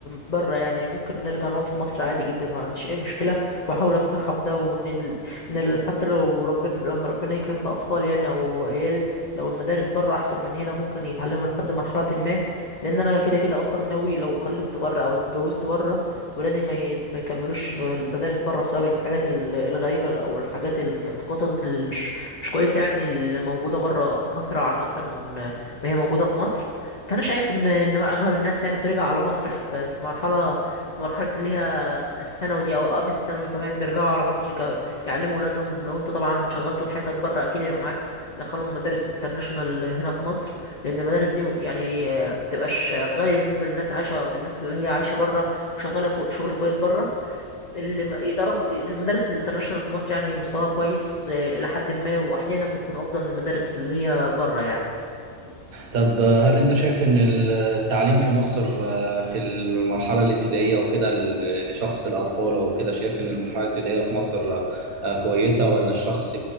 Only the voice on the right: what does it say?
طب هل انت شايف ان التعليم في مصر آه، في المرحله الابتدائيه وكده ل- لشخص الاطفال او كده شايف ان المرحله الابتدائيه في مصر آه، كويسه ولا الشخص